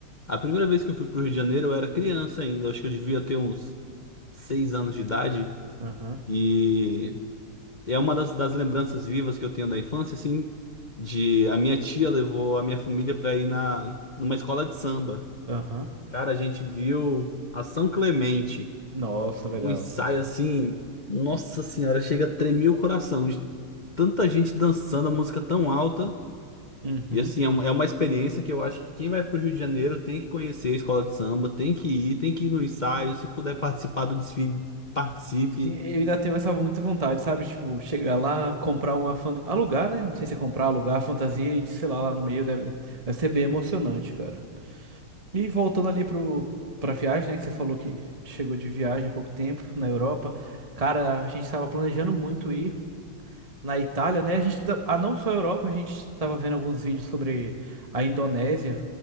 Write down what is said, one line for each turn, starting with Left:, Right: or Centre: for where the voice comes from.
Left: A primeira vez que eu fui pro Rio de Janeiro, eu era criança ainda, acho que eu devia ter uns seis anos de idade.
Right: Aham.
Left: E. É uma das, das lembranças vivas que eu tenho da infância, assim, de a minha tia levou a minha família para ir na numa escola de samba.
Right: Aham.
Left: Cara, a gente viu a São Clemente,
Right: Nossa, legal.
Left: um ensaio assim, nossa senhora, chega a tremer o coração de tanta gente dançando a música tão alta.
Right: Uhum.
Left: E assim, é uma, é uma experiência que eu acho que quem vai para o Rio de Janeiro tem que conhecer a escola de samba, tem que ir, tem que ir no ensaio, se puder participar do desfile, participe.
Right: Eu ainda tenho essa muita vontade, sabe? Tipo, chegar lá, comprar uma fanta... Alugar, né? Não sei se é comprar, alugar a fantasia e de, sei lá, lá no meio deve, deve ser bem emocionante, cara. E voltando ali pro... pra viagem, né? Que você falou que chegou de viagem há pouco tempo na Europa. Cara, a gente tava planejando muito ir na Itália, né? A gente tá... ah, não só a Europa, a gente tava vendo alguns vídeos sobre a Indonésia.